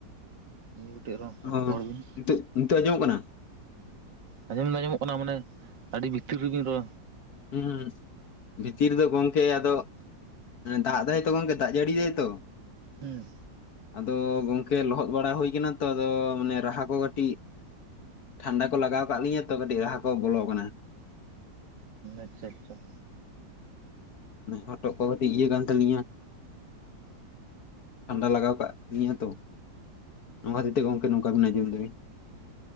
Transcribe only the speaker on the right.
ᱤᱭᱟᱹ ᱠᱟᱛᱮᱫ
ᱨᱚᱲ ᱵᱤᱱ
ᱟᱸᱡᱚᱢᱚ ᱫᱚ ᱟᱸᱡᱚᱢᱚᱜ ᱠᱟᱱᱟ ᱢᱟᱱᱮ ᱟᱹᱰᱤ ᱵᱷᱤᱛᱤᱨ ᱨᱮ ᱵᱤᱱ ᱨᱚ
ᱦᱩᱸ
ᱟᱪᱪᱷᱟ ᱟᱪᱪᱷᱟ,